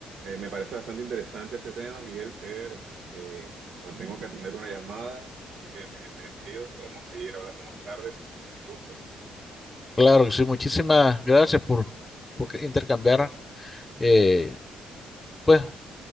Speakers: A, on the right; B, on the left.
A: me parece bastante interesante este tema, Miguel, pero eh, ahora tengo que atender una llamada, así que me, me despido. Podemos seguir hablando más tarde si, si gustas.
B: Claro que sí, muchísimas gracias por porque intercambiar eh, pues